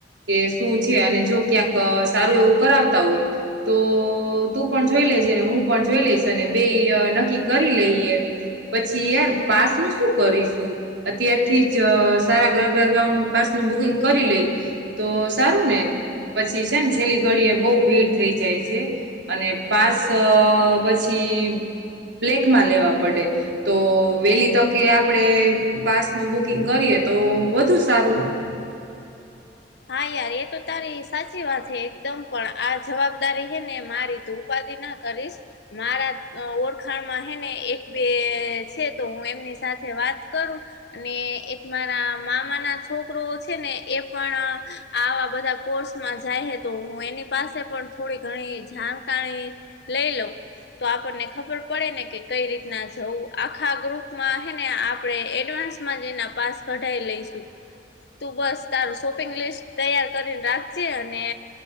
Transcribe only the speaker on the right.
કે શું છે અને જો ક્યાંક સારું એવું કરાવતા હોય તો તું પણ જોઈ લે હું પણ જોઈ લઈશ અને બે નક્કી કરી લઈએ પછી યાર પાસ નું શું કરીશું અત્યારથી જ સારા ગરબા ગ્રાઉન્ડ પાસં હુ બુકિંગ કરી લઈ તો સારું ને પછી છે ને છેલ્લી ઘડી એ બહુ ભીડ થઈ જાય છે અને પાસ પછી તે બ્લેકમાં લેવા પડે તો વેલી તકે આપણે પાસનું બુકિંગ કરીએ તો વધુ સારું